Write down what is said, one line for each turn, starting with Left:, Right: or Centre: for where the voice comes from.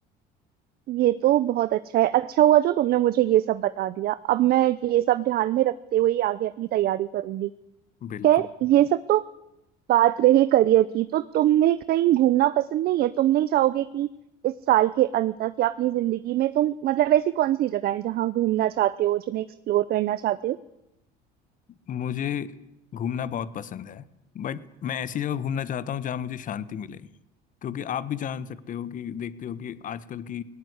Right: ये तो बहुत अच्छा है अच्छा हुआ जो तुमने मुझे ये सब बता दिया अब मैं ये सब ध्यान में रखते हुए ही आगे अपनी तैयारी करूंगी
Left: बिल्कुल
Right: खैर
Left: बिल्कुल।
Right: ये सब तो बात रही करियर की तो तुम्हें कहीं घूमना पसंद नहीं है तुम नहीं चाहोगे कि इस साल के अंत तक या अपनी जिंदगी में तुम मतलब ऐसी कौन सी जगह है जहाँ घूमना चाहते हो जिन्हें एक्सप्लोर करना चाहते हो
Left: मुझे घूमना बहुत पसंद है बट मैं ऐसी जगह घूमना चाहता हूँ जहाँ मुझे शांति मिले क्योंकि आप भी जान सकते हो कि देखते हो कि आजकल की